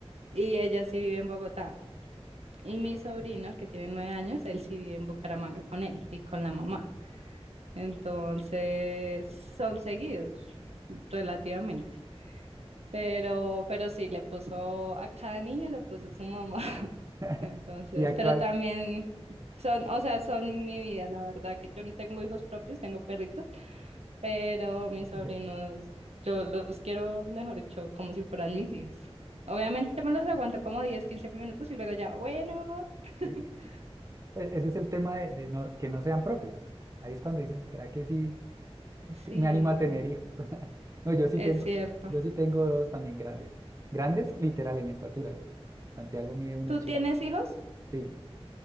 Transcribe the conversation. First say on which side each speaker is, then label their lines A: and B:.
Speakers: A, on the right; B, on the right.
A: y ella sí vive en Bogotá. Y mi
B: Ok.
A: sobrino, que tiene nueve años, él sí vive en Bucaramanga con él y con la mamá. Entonces, son seguidos relativamente. Pero, pero sí, le puso a cada niño, le puso su mamá. <laughs>
B: <laughs>
A: Entonces,
B: Y actual,
A: pero también son, o sea, son mi vida, la verdad, que yo no tengo hijos propios, tengo perritos, pero mis sobrinos,
B: <laughs>
A: yo los quiero, mejor dicho, como si fueran mis hijos. Obviamente me los aguanto como 10 15 minutos y luego ya, bueno, <laughs>
B: sí. E- ese es el tema de, de no- que no sean propios. Ahí es cuando dicen, ¿será que sí?
A: Sí,
B: me animo a tener hijos. <laughs> No, yo sí
A: es
B: tengo,
A: cierto.
B: yo sí tengo dos también grandes. Grandes literal en estatura. Santiago mide 1,80.
A: ¿Tú tienes hijos?
B: Sí,